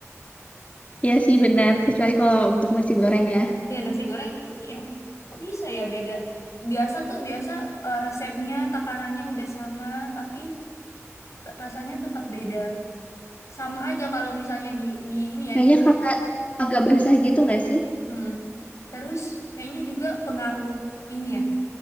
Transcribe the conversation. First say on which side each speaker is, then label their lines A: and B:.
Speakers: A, on the left; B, on the left.
A: Iya sih benar, kecuali kalau untuk nasi goreng ya.
B: Ya nasi goreng, iya. Kok bisa ya beda? Biasa tuh, biasa eh, resepnya, takarannya udah sama, tapi te- rasanya tetap beda. Sama aja kalau misalnya di, di ini ya,
A: Kayaknya
B: di...
A: kayak agak basah gitu nggak sih?
B: Hmm. Terus kayaknya juga pengaruh ini ya,